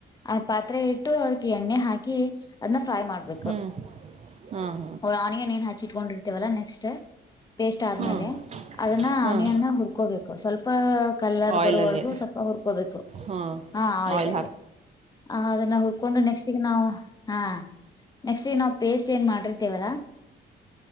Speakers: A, on the left; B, on the right.
A: ಆ ಪಾತ್ರೆ ಇಟ್ಟು ಅದಕ್ಕೆ ಎಣ್ಣೆ ಹಾಕಿ ಅದನ್ನ ಫ್ರೈ ಮಾಡ್ಬೇಕು
B: ಹ್ಞೂ ಹಾಂ
A: ಆನಿಯನ್ ಏನ್ ಹಚ್ಚಿಟ್ಕೊಂಡಿರ್ತೇವಲ್ಲ ನೆಕ್ಸ್ಟ್ ಪೇಸ್ಟ್ ಆದ್ಮೇಲೆ
B: ಹಾಂ ಹಾಂ
A: ಅದನ್ನ
B: ಹಾಂ
A: ಆನಿಯನ್ ಹುರ್ಕೋಬೇಕು ಸ್ವಲ್ಪ ಕಲರ್
B: ಆಯಿಲಲ್ಲಿ
A: ಬರುವವರ್ಗೂ ಸ್ವಲ್ಪ ಹುರ್ಕೋಬೇಕು
B: ಹಾಂ
A: ಹ ಆಯಿಲಲ್ಲಿ.
B: ಆಯಿಲ್ ಹಾಕಿ
A: ಹ ಅದನ್ನ ಹುರ್ಕೊಂಡು ನೆಕ್ಸ್ಟ್ಗ ನಾವವು ಹಾ. ನೆಕ್ಸ್ಟ್ ಏ ನಾವು ಪೇಸ್ಟ್ ಏನು ಮಾಡಿರ್ತೇವಲ್ಲಾ